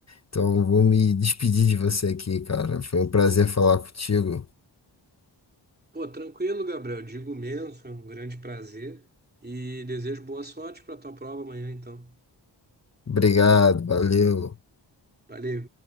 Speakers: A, on the left (about 35°); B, on the right (about 20°).
A: então eu vou me despedir de você aqui, cara. Foi um prazer falar contigo.
B: Pô, tranquilo, Gabriel. Digo mesmo, foi um grande prazer e desejo boa sorte para tua prova amanhã, então.
A: Obrigado, valeu.
B: Valeu.